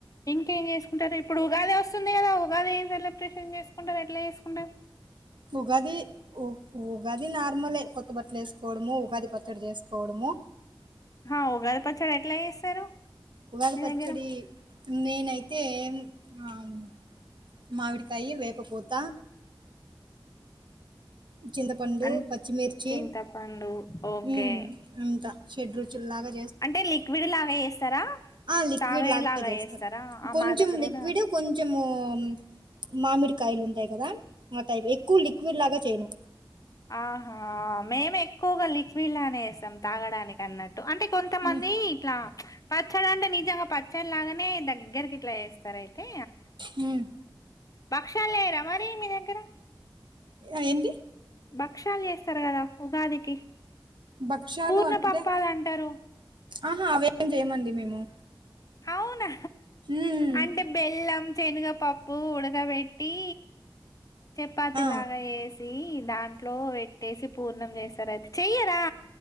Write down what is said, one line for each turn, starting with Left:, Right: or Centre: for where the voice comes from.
Left: ఇంకేం చేసుకుంటారు. ఇప్పుడు ఉగాది వస్తుంది కదా ఉగాది ఏం పర్లేం. క్లిం చేసుకుంటాం ఎట్లే చేసుకుంటాం.
Right: ఉగాది ఉ ఉగాది నార్మలే కొత్త మం పట్లు వేసుకోవడమో ఉగాది పచ్చడి చేసుకోవడమో.
Left: ఆహ్ ఉగాది పచ్చడి ఎట్లా చేస్తారు.
Right: ఉగాది
Left: మీ
Right: పచ్చడి
Left: దగ్గర
Right: నేనయితే అయితే ఆమ్. మామిడికాయ్ వేపపూత చింతపండు,
Left: అం
Right: పచ్చిమిర్చి
Left: చింతపండు ఓకే
Right: ఉమ్ అంతా. షెడ్ రుచుల్లాగా
Left: అంటే లిక్విడ్ లాగా చేస్తారా.
Right: ఆహ్ లిక్విడ్
Left: తాగేలాగా
Right: లాగే చేస్తాము.
Left: చేస్తారా ఆ
Right: కొంచెం
Left: మా దగ్గర
Right: లిక్విడ్
Left: కూడా
Right: కొంచము ఉమ్ మామిడికాయలు ఉంటాయి కదా ఆ టైప్ ఎక్కువ లిక్విడ్ లాగా చేయను.
Left: ఆహా మేము ఎక్కువగా లిక్విడ్ లానే చేస్తాం తాగడానికి అన్నట్టు. అంటే కొంతమంది
Right: హ్మ్
Left: ఇట్లా. పచ్చడి అంటే నిజంగా పచ్చడి లాగానే దగ్గరకి ఇట్లా చేస్తారు అయితే.
Right: హ్మ్
Left: భక్షాలు చేయార మరి మీ దగ్గర.
Right: ఆహ్ ఏంటి.
Left: భక్ష్యాలు చేస్తారు కదా ఉగాదికి.
Right: భక్ష్యాలు
Left: పూర్ణ
Right: అంటే
Left: పప్పాలు అంటారు
Right: ఆహా అవేం చేయమండి మేము.
Left: అవునా
Right: ఉమ్
Left: అంటే బెల్లం. శనుగపప్పు ఉడకబెట్టి చపాతి
Right: ఆ
Left: లాగా చేసి. దాంట్లో పెట్టేసి పూర్ణం చేస్తారు అది చెయ్యరా.